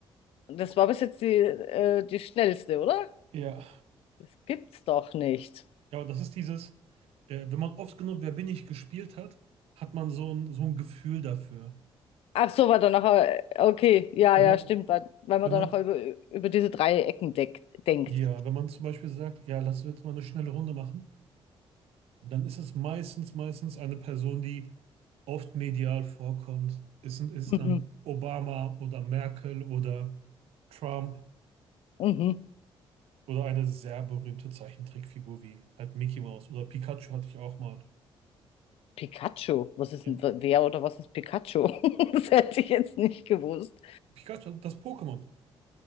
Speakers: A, on the left; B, on the right.
A: das war bis jetzt die, äh, die schnellste, oder?
B: Ja.
A: Das gibt's doch nicht.
B: Ja, und das ist dieses, äh, wenn man oft genug Wer bin ich gespielt hat, hat man so ein, so ein Gefühl dafür.
A: Ach so, war da noch, äh, okay, ja,
B: Wenn
A: ja,
B: man,
A: stimmt, weil, weil man
B: wenn
A: da
B: man,
A: noch über, über diese drei Ecken deck, denkt.
B: ja, wenn man zum Beispiel sagt, ja, lass uns jetzt mal eine schnelle Runde machen. dann ist es meistens, meistens eine Person, die oft medial vorkommt. Es sind, ist
A: Mhm,
B: dann Obama oder Merkel oder Trump
A: mhm.
B: oder eine sehr berühmte Zeichentrickfigur wie halt Mickey Mouse oder Pikachu hatte ich auch mal.
A: Pikachu, was ist
B: Ja.
A: denn, wer oder was ist Pikachu? <laughs> Das hätte ich jetzt nicht gewusst.
B: Pikachu, das Pokémon.